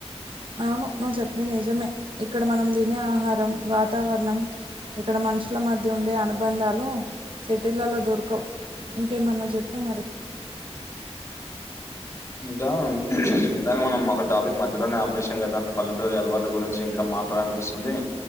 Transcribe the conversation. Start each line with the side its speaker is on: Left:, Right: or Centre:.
Right: అవును నువ్వు చెప్పింది నిజమే ఇక్కడ మనం తినే ఆహారం వాతావరణం ఇక్కడ మనుషుల మధ్య ఉండే అనుబంధాలు సిటీలలో దొరకవు ఇంకేమన్నా చెప్పు మరి
Left: ఇంకా ఇందాక మనం ఒక టాపిక్ మధ్యలోనే ఆపేశాం కదా పల్లెటూరు అలవాటుల గురించి ఇంకా మాట్లాడ అనిపిస్తుంది